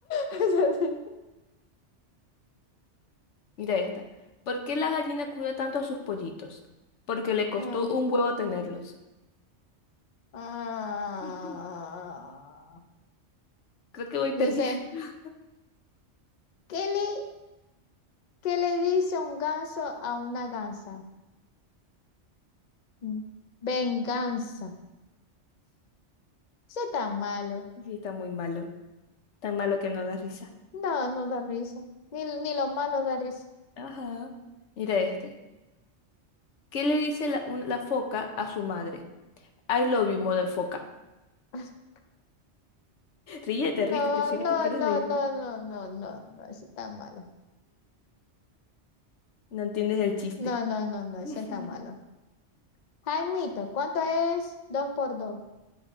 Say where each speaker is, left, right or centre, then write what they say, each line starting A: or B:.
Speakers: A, on the left (about 45°); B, on the left (about 80°).
A: Es así.
B: Mira esta. ¿Por qué la gallina cuida tanto a sus pollitos? Porque le costó
A: Ah.
B: un huevo tenerlos.
A: Ah.
B: <laughs> Creo que voy perdiendo.
A: Dice,
B: <laughs>
A: ¿qué le, qué le dice un ganso a una gansa? Mm, Venganza. Eso está malo.
B: Sí, está muy malo. Tan malo que no da risa.
A: No, no da risa. Ni, ni lo malo da risa.
B: Ajá. Mira este. ¿Qué le dice la, un- la foca a su madre? I love you, mother foca.
A: <laughs>
B: Ríete, ríete,
A: No,
B: te sé
A: no,
B: que te quieres
A: no,
B: reír.
A: no, no, no, no, no, ese está malo.
B: No entiendes el chiste.
A: No, no, no, no, ese
B: <laughs>
A: está malo. Jaimito, ¿cuánto es 2 por 2?